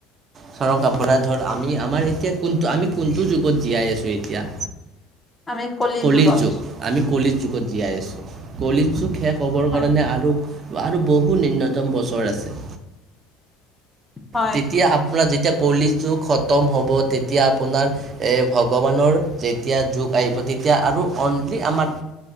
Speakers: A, on the right; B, on the left.
A: ধৰক আপোনাৰ ধৰ আমি আমাৰ এতিয়া কোনটো আমি কোনটো যুগত জীয়াই আছো এতিয়া।
B: আমি কলি
A: কলিৰ
B: যুগত
A: যুগ আমি কলিৰ যুগত জীয়াই আছো কলিৰ যুগ শেষ ক হ'বৰ
B: হয়
A: কাৰণে আৰু আৰু বহু নিম্নতম বছৰ আছে।
B: হয়
A: তেতিয়া আপোনাৰ যেতিয়া। কলি যুগ খতম হ'ব তেতিয়া আপোনাৰ এ ভগৱানৰ যেতিয়া যুগ আহিব। এতিয়া আৰু অনলি আমাৰ